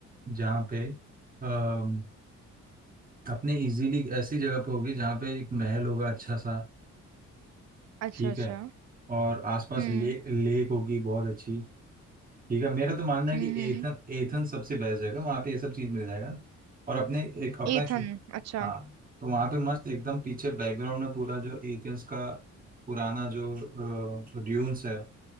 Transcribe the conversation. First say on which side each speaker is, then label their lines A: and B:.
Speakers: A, on the right (about 30°); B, on the right (about 60°).
A: जहाँ पे अम, अपने इजीली ऐसी जगह पे होगी जहाँ पे एक महल होगा अच्छा सा
B: अच्छा
A: ठीक
B: अच्छा
A: है
B: हम्म
A: और आसपास
B: हम्म
A: ले लेक होगी बहुत अच्छी ठीक है मेरा तो मानना है
B: हम्म
A: कि
B: हम्म।
A: एथन एथन सबसे बेस्ट जगह वहाँ पे ये सब चीज़ मिल जाएगा और अपने एक अपना
B: एथन
A: छो
B: अच्छा
A: हाँ तो वहाँ पे मस्त एकदम पीछे बैकग्राउंड में पूरा जो एथेंस का पुराना जो ड्यून्स है